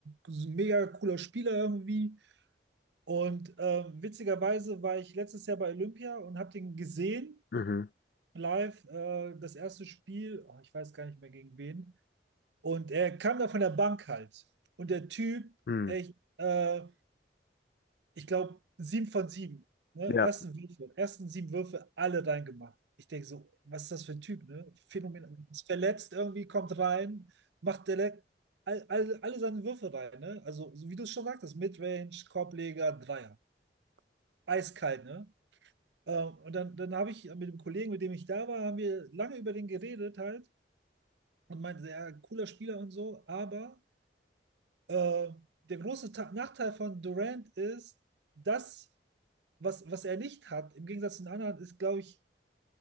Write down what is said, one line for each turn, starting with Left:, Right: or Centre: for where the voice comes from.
Right: ist ein mega cooler Spieler irgendwie. Und äh, witzigerweise war ich letztes Jahr bei Olympia und habe den gesehen,
Left: Mhm.
Right: live, äh, das erste Spiel, oh, ich weiß gar nicht mehr gegen wen. Und er kam da von der Bank halt. Und der Typ,
Left: Mhm.
Right: echt, äh, ich glaube, sieben von sieben. Ne?
Left: Ja,
Right: Ersten Würfe, ersten sieben Würfe, alle reingemacht. Ich denke so, was ist das für ein Typ, ne? Phänomenal. Ist verletzt irgendwie, kommt rein, macht direkt all, all, alle seine Würfe rein, ne? Also, so wie du es schon sagtest, Midrange, Korbleger, Dreier. Eiskalt, ne? Äh, Und dann, dann habe ich mit dem Kollegen, mit dem ich da war, haben wir lange über den geredet halt und meinte, ja, cooler Spieler und so, aber äh, der große Ta Nachteil von Durant ist, dass was, was er nicht hat, im Gegensatz zu den anderen, ist, glaube ich,